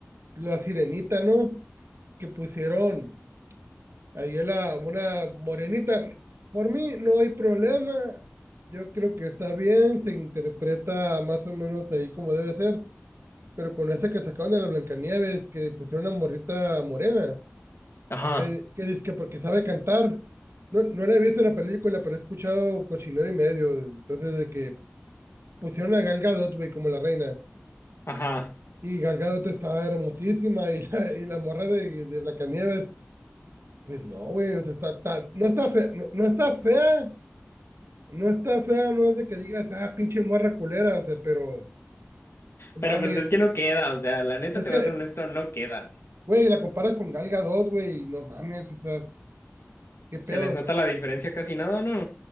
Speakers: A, on the right (about 75°); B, on the left (about 75°).
A: la sirenita, ¿no? Que pusieron ahí a la, una morenita. Por mí no hay problema, yo creo que está bien, se interpreta más o menos ahí como debe ser, pero con esta que sacaron de la Blancanieves, que pusieron una morrita morena
B: Ajá,
A: eh, que dice que porque sabe cantar. No, no la he visto la película, pero he escuchado cochinero y medio. Entonces, de que pusieron a Gal Gadot, güey, como la reina.
B: ajá.
A: Y Gal Gadot está hermosísima y la, y la morra de, de Blancanieves, pues no, güey, o sea, está, está- no está fea, no, no está fea, no está fea, no es de que digas, ah, pinche morra culera, o sea, pero
B: Pero
A: mames,
B: pues es que no queda, o sea, la neta
A: es
B: te
A: que,
B: voy a ser honesto, no queda.
A: güey, la comparas con Gal Gadot, güey, y no mames, o sea, qué pedo.
B: Se les nota la diferencia casi nada, ¿no?